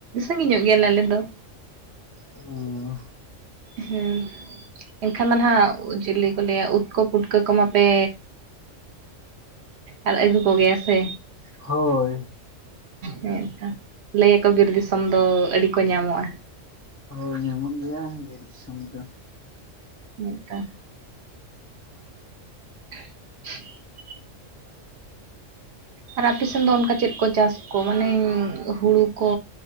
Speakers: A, on the right; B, on the left.
A: ᱥᱟᱺᱜᱤᱧ ᱧᱚᱜ ᱜᱮᱭᱟ ᱞᱮ ᱟᱞᱮ ᱫᱚ ᱾
B: ᱚᱸ
A: ᱦᱩᱸ ᱮᱱᱠᱷᱟᱱ ᱢᱟ ᱱᱟᱸᱜ ᱡᱤᱞᱤ ᱠᱚ ᱞᱟᱹᱭᱟ ᱩᱫ ᱠᱳ ᱯᱩᱴᱠᱟᱹ ᱠᱚ ᱢᱟᱯᱮ ᱟᱨ ᱟᱹᱜᱩ ᱠᱚᱜᱮᱭᱟ ᱥᱮ?
B: ᱦᱳᱭ ᱾
A: ᱦᱮᱸᱛᱚ, ᱞᱟᱹᱭᱟ ᱠᱚ ᱵᱤᱨ ᱫᱤᱥᱚᱢ ᱫᱚ ᱟᱹᱰᱤ ᱠᱚ ᱧᱟᱢᱚᱜᱼᱟ ᱾
B: ᱦᱳᱭ ᱧᱟᱢᱚᱜ ᱜᱮᱭᱟ ᱵᱤᱨ ᱫᱤᱥᱚᱢ ᱫᱚ ᱾
A: ᱢᱤᱫᱴᱟᱝ ᱾ <unintelligible> ᱟᱨ ᱟᱯᱮ ᱥᱮᱱ ᱫᱚ ᱚᱱᱠᱟ ᱪᱮᱫ ᱠᱚ ᱪᱟᱥᱼᱼ ᱠᱚ ᱢᱟᱱᱮᱧ ᱦᱩᱲᱩ ᱠᱚ